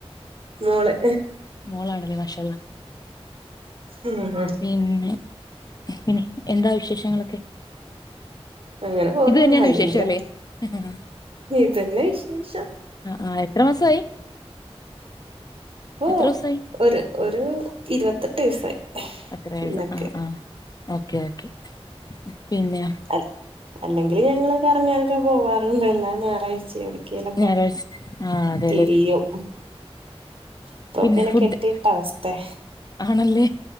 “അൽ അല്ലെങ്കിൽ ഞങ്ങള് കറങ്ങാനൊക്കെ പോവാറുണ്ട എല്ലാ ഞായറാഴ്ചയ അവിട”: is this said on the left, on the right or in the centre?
Right